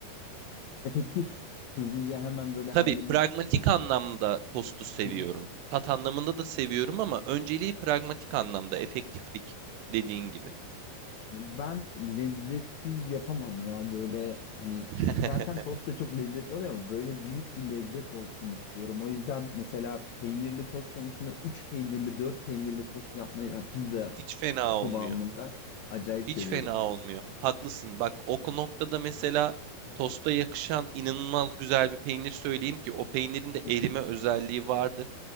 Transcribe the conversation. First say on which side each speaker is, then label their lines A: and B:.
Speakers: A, on the left; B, on the right.
A: Efektif, hızlıca hemen böyle
B: Tabii
A: halledip
B: pragmatik anlamda tostu seviyorum.
A: Hı hı.
B: Tat anlamında da seviyorum ama önceliği pragmatik anlamda efektiflik dediğin gibi.
A: ben lezzetsiz yapamam ya böyle hani
B: <laughs>
A: zaten tost da çok lezzetli oluyor ama böyle büyük bir lezzet olsun istiyorum. O yüzden mesela peynirli tost konusunda 3 peynirli 4 peynirli tost yapmayı yani pizza
B: Hiç fena
A: kıvamında
B: olmuyor.
A: acayip
B: Hiç
A: seviyorum.
B: fena olmuyor. Haklısın. Bak o noktada mesela tosta yakışan inanılmaz güzel bir peynir söyleyeyim ki o peynirin de
A: Hı
B: erime
A: hı.
B: özelliği vardır.